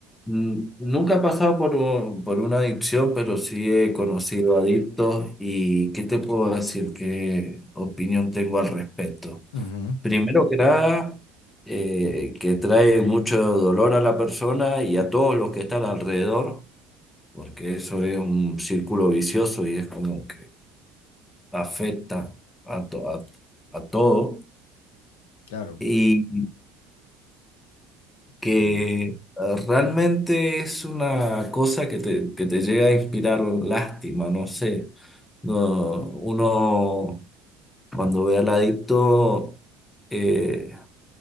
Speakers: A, on the left; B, on the left.
A: n- nunca he pasado por, un- por una adicción, pero sí he conocido adictos y ¿qué te puedo decir? ¿Qué opinión tengo al respecto?
B: Ujú,
A: Primero que nada, eh, que trae mucho dolor a la persona y a todos los que están alrededor, porque eso es un círculo vicioso y es como que afecta a, to- a, a todo.
B: claro.
A: Y que
B: Y,
A: eh, realmente es una cosa que te, que te llega a inspirar lástima, no sé. No, uno cuando ve al adicto, eh,